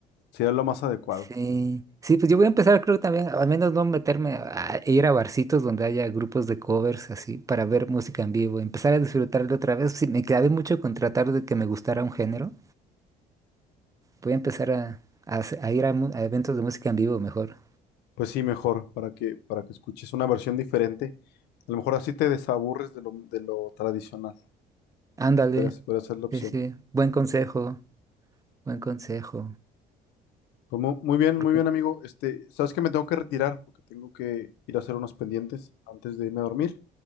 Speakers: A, on the left; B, on the right.
A: sería lo más adecuado.
B: Sí, sí, pues yo voy a empezar, creo que también, al menos no meterme a a ir a barcitos donde haya grupos de covers así para ver música en vivo, empezar a disfrutarlo otra vez. Sí, me clavé mucho con tratar de que me gustara un género. Voy a empezar a, a hace- a ir a, mu- a eventos de música en vivo mejor.
A: Pues sí, mejor, para que, para que escuches una versión diferente. A lo mejor así te desaburres de lo, de lo tradicional.
B: Ándale,
A: Podría, ser- podría ser la opción.
B: sí, sí, buen consejo, buen consejo.
A: Pues mu- muy bien,
B: Porque
A: muy bien, amigo. Este, sabes que me tengo que retirar porque tengo que ir a hacer unos pendientes antes de irme a dormir.